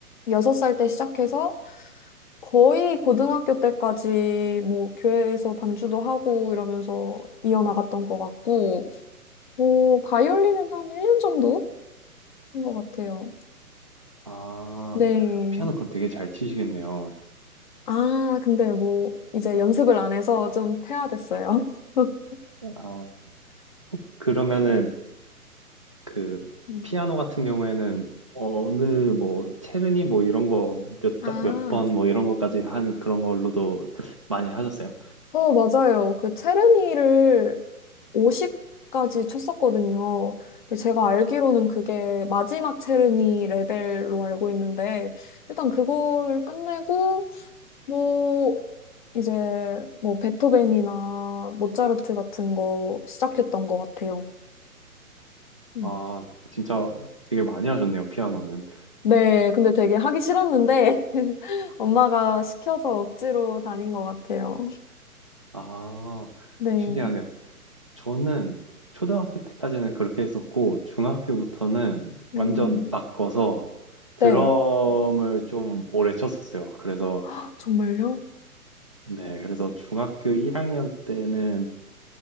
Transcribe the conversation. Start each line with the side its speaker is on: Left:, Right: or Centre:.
Left: 여섯 살 때 시작해서 거의 고등학교 때까지 뭐 교회에서 반주도 하고 이러면서 이어나갔던 것 같고, 뭐 바이올린은 한 1년 정도 한 것 같아요.
Right: 아,
Left: 네.
Right: 피아노 그럼 되게 잘 치시겠네요.
Left: 아, 근데 뭐 이제 연습을 안 해서 좀 퇴화됐어요. <laughs>
Right: 네. 아, 혹- 그러면은 그
Left: 음.
Right: 피아노 같은 경우에는 어느 뭐 체르니 뭐 이런 거 몇
Left: 아,
Right: 몇 번 뭐 이런 것까지 한 그런 걸로도 많이 하셨어요?
Left: 어, 맞아요. 그 체르니를 50까지 쳤었거든요. 근데 제가 알기로는 그게 마지막 체르니 레벨로 알고 있는데, 일단 그걸 끝내고, 뭐, 이제, 뭐, 베토벤이나 모차르트 같은 거 시작했던 것 같아요. 음.
Right: 아, 진짜 되게 많이 하셨네요, 피아노는.
Left: 네, 근데 되게 하기 싫었는데, <laughs> 엄마가 시켜서 억지로 다닌 것 같아요.
Right: 아,
Left: 네,
Right: 신기하네요. 저는 초등학교 때까지는 그렇게 했었고, 중학교부터는 완전
Left: 음,
Right: 바꿔서 드럼을
Left: 네.
Right: 좀 오래 쳤었어요. 그래서,
Left: 아, 정말요?
Right: 네, 그래서 중학교 1학년 때는